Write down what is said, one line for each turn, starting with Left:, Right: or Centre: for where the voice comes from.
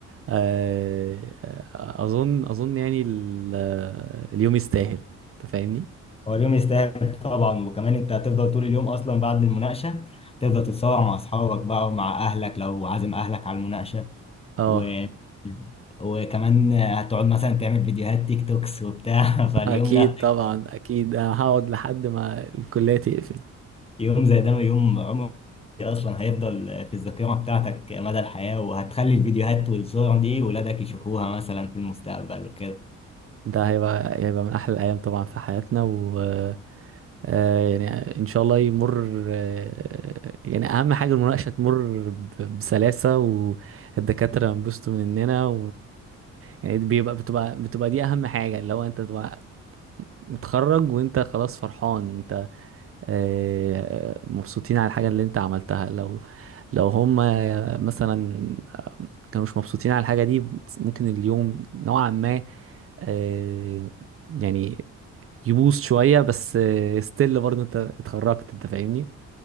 Right: آه، آه، اظن اظن يعني ال- آه، اليوم يستاهل انت فاهمني
Left: هو اليوم يستاهل طبعا وكمان انت هتفضل طول اليوم اصلا بعد المناقشه تفضل تتصور مع اصحابك بقى ومع اهلك لو عازم اهلك على المناقشه
Right: اه
Left: و... وكمان هتقعد مثلا تعمل فيديوهات تيك توكس وبتاع <laughs> فاليوم
Right: اكيد
Left: لا
Right: طبعا اكيد انا هقعد لحد ما الكليه تقفل
Left: يوم زي ده يوم عمري اصلا هيفضل في الذاكره بتاعتك مدى الحياه وهتخلي الفيديوهات والصور دي ولادك يشوفوها مثلا في المستقبل وكده
Right: ده هيبقى هيبقى من احلى الايام طبعا في حياتنا و آه، يعني ان شاء الله يمر آه، يعني اهم حاجه المناقشه تمر ب- بسلاسه والدكاتره ينبسطوا مننا يعني دي بيبقى بتبقى بتبقى دي اهم حاجه اللي هو انت تبقى متخرج وانت خلاص فرحان انت آه، مبسوطين على الحاجه اللي انت عملتها لو لو هم مثلا كانوش مبسوطين على الحاجه دي ممكن اليوم نوعا ما آه، يعني يبوظ شويه بس ستيل برضه انت اتخرجت انت فاهمني